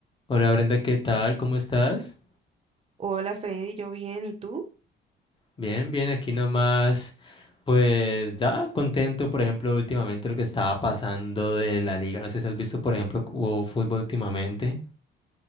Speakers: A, on the left (about 25°); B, on the right (about 30°).
A: Hola Brenda, ¿qué tal? ¿Cómo estás?
B: Hola Freddy, yo bien, ¿y tú?
A: Bien, bien, aquí nomás, pues ya contento, por ejemplo, últimamente lo que estaba pasando de la liga, no sé si has visto, por ejemplo, hubo fútbol últimamente.